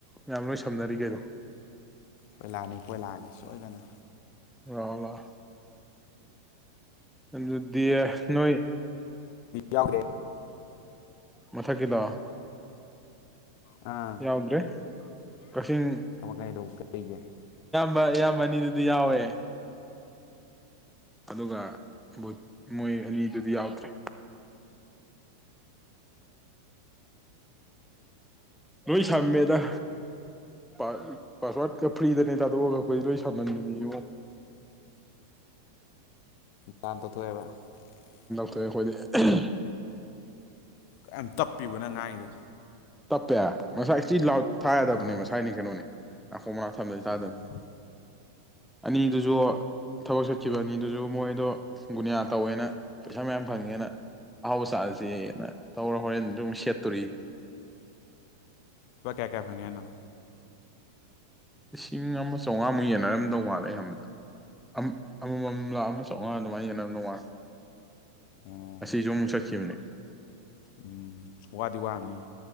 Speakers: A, in the centre; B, on the left.
A: ꯃꯌꯥꯝ ꯂꯣꯏ ꯁꯝꯅꯔꯤ ꯀꯔꯤꯅꯣ
B: ꯀꯣꯏꯂꯥꯅꯤ ꯀꯣꯏꯂꯥꯅꯤ ꯁꯣꯏꯗꯅ
A: ꯂꯥꯛꯑꯣ ꯂꯥꯛꯑꯣ ꯑꯗꯨꯗꯤ ꯅꯣꯏ
B: ꯌꯥꯎꯗꯦ
A: ꯃꯊꯛꯀꯤꯗꯣ
B: ꯑꯥ
A: ꯌꯥꯎꯗ꯭ꯔꯦ
B: <unintelligible>
A: ꯀꯛꯆꯤꯡ ꯕ ꯏꯌꯥꯝꯕ ꯑꯅꯤꯗꯨꯗꯤ ꯌꯥꯎꯏ ꯑꯗꯨꯒ ꯕꯣꯏ ꯃꯣꯏ ꯑꯅꯤꯗꯨꯗꯤ ꯌꯥꯎꯇ꯭ꯔꯦ ꯂꯣꯏ ꯁꯝꯃꯦꯗ ꯄꯥ ꯄꯥꯁꯋꯥꯠꯀ ꯐ꯭ꯔꯤꯗꯅꯦ ꯊꯥꯗꯣꯛꯑꯒ ꯈꯣꯏ ꯂꯣꯏ ꯁꯝꯍꯟꯕꯤꯅꯤꯉꯣ
B: <unintelligible>
A: ꯇꯣꯛ ꯑꯦ ꯑꯩꯈꯣꯏ ꯗꯤ <unintelligible>
B: ꯌꯥꯝ ꯇꯞꯄꯦꯕꯣ ꯅꯪ ꯉꯥꯡꯏꯗꯣ
A: ꯇꯞꯄꯦ ꯉꯁꯥꯏ ꯁꯤ ꯂꯥꯎꯠ ꯊꯥ ꯌꯥꯗꯕꯅꯦ
B: ꯑꯥ
A: ꯃꯁꯥꯏꯅꯦ ꯀꯩꯅꯣꯅꯦ ꯅꯥꯀꯣꯡ ꯃꯅꯥꯛ ꯊꯝꯗ꯭ꯔꯗꯤ ꯇꯥꯗꯕ
B: ꯑꯣ
A: ꯑꯅꯤꯗꯨꯖꯨ ꯊꯕꯛ ꯆꯠꯈꯤꯕ ꯑꯅꯤꯗꯨꯖꯨ ꯃꯣꯏꯗꯣ ꯒꯨꯅꯤꯌꯥ ꯇꯧꯌꯦꯅ ꯄꯧꯁꯥ ꯃꯌꯥꯝ ꯐꯪꯑꯦꯅ ꯑꯍꯥꯎꯕ ꯆꯥꯁꯦꯌꯦꯅ ꯇꯧꯔ ꯍꯣꯔꯦꯟꯖꯨ ꯑꯃꯨꯛ ꯁꯦꯠꯇꯧꯔꯤꯌꯦ
B: ꯂꯨꯄ ꯀꯌꯥ ꯀꯌꯥ ꯐꯦꯉꯦ ꯍꯥꯏꯅꯣ
A: ꯂꯤꯁꯤꯡ ꯑꯃ ꯆꯥꯃꯉꯥ ꯃꯨꯛ ꯌꯦꯟꯅꯔꯝꯗꯧ ꯃꯥꯜꯂꯤ ꯑꯩꯅꯥ ꯈꯟꯕꯗꯥ ꯑꯃ ꯑꯃꯃꯥꯝ ꯂꯥ ꯑꯃꯥ ꯆꯥꯃꯉꯥ
B: ꯑꯣ
A: ꯉꯁꯤꯖꯨ ꯑꯃꯨꯛ ꯆꯠꯈꯤꯕꯅꯤ
B: <unintelligible> ꯋꯥꯗꯤ ꯋꯥꯝꯅꯦ